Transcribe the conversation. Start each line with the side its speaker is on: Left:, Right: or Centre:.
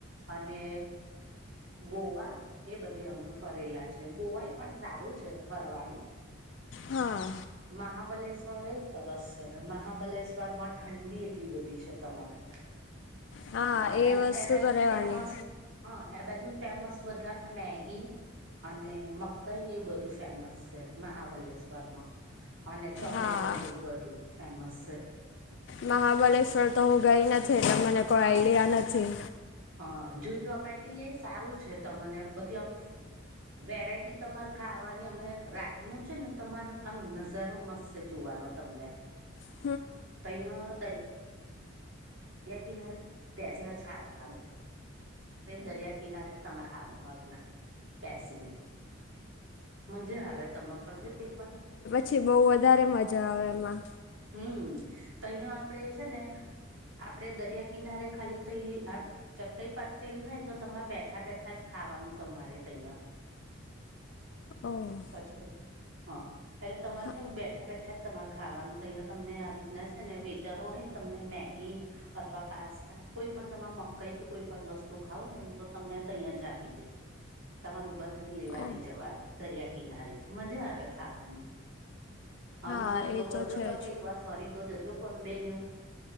Right: અને ગોવા એ બધી અમે ફરેલા છે. ગોવાય પણ સારું છે ફરવાનું.
Left: હા.
Right: મહાબલેશ્વર એ સરસ છે. મહાબલેશ્વર માં ઠંડી એટલી બધી છે તમારે.
Left: હા, એ
Right: એમ
Left: વસ્તુ
Right: બાજુ
Left: તો રહેવાની.
Right: ફેમસ હા, એ બાજુ ફેમસ વધારે મેગી અને ને મકઈ ને એવું બધું ફેમસ છે મહાબલેશ્વર માં. અને ચોકલેટો
Left: હા
Right: એવું બધું ફેમસ છે.
Left: મહાબલેશ્વર તો હું ગઈ નથી એટલે મને કોઈ આઈડિયા નથી.
Right: હા, જુહ ચોપાટી એ સારું છે તમને બધું આમ વેરાયટી તમારે ખાવાની અમે રાતનું છે ને તમાર આમ નજારો મસ્ત તે જોવાનો તમને.
Left: હ
Right: તૈયા દર યા કિનારે બેસીનેજ ખાવાનું. તે દરિયા કિનારે તમારે ખાવાનું આપના બેસી ને. મજા આવે તમે ફરજો એક વાર.
Left: છી બહુ વધારે મજા આવે એમાં.
Right: હમ્મ, તો અહીયાં આપડે છે ને આપડે દરિયા કિનારે ખાલી થઈ આપ ચત્તઈ પાથરેલી હોય ને તો તમારે બેઠા બેઠા જ ખાવાનું તમારે તહીંયા.
Left: ઓ.
Right: પછી વાને હા. એટલે તમારે
Left: હા
Right: છે બેઠા બેઠા જ તમારે ખાવાનું તૈયા તમને આવી રીતના છે ને વેટરો હોય તમને મેગી અથવા પાસ્તા કોઈ પણ તમારે મકઈ કે કોઈ પણ વસ્તુ ખાઉ હાએ ને તો તમને તહીં આજ આપી દે. તમારે ઊભા થઈને લેવા
Left: ઓહ
Right: નહી જવાનું દરિયા કિનારે મજા આવે ખાવાની
Left: હા
Right: અનુભવ તો
Left: એ
Right: કરજો
Left: છે
Right: તમે
Left: જ
Right: એક વાર ફરી. તો જજો બોમ્બે ને એવું